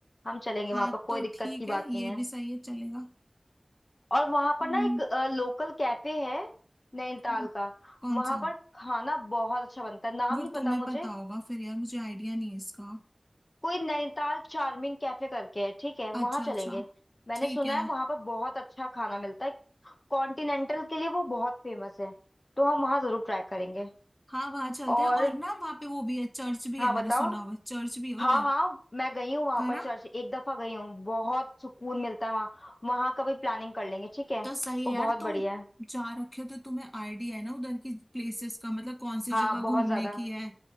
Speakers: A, on the left; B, on the left.
A: हम चलेंगे
B: हाँ
A: वहां पर
B: तो
A: कोई दिक्कत
B: ठीक
A: की
B: है
A: बात
B: ये
A: नहीं है
B: भी सही है चलेगा
A: और वहां पर
B: हम्म
A: ना एक लोकल कैफे है नैनीताल
B: कौन
A: का
B: कौन
A: वहां
B: सा
A: पर खाना बहुत अच्छा बनता है नाम
B: वो
A: नहीं पता
B: तुम्हें
A: मुझे
B: पता होगा फिर यार मुझे आइडिया नहीं है इसका
A: कोई नैनीताल चार्मिंग कैफे करके है ठीक है
B: अच्छा
A: वहां चलेंगे
B: अच्छा
A: मैंने
B: ठीक
A: सुना
B: है
A: है वहां पर बहुत अच्छा खाना मिलता है कॉन्टिनेंटल के लिए वो बहुत फेमस है तो हम वहां जरूर ट्राई करेंगे
B: हाँ वहाँ चलते
A: और
B: हैं और ना वहाँ पे वो भी है चर्च भी
A: हाँ
B: है
A: बताओ
B: मैंने सुना हुआ है चर्च भी है उधर
A: हाँ हाँ मैं गई हूँ वहां
B: है
A: पर
B: ना
A: चर्च एक दफा गई हूँ बहुत सुकून मिलता है वहाँ वहां का भी प्लानिंग कर लेंगे ठीक है
B: तो सही है
A: वो बहुत
B: यार
A: बढ़िया
B: तुम
A: है
B: जा रखे हो तो तुम्हें आइडिया है ना उधर की प्लेसेस का मतलब कौन सी
A: हाँ
B: जगह घूमने
A: बहुत ज्यादा
B: की है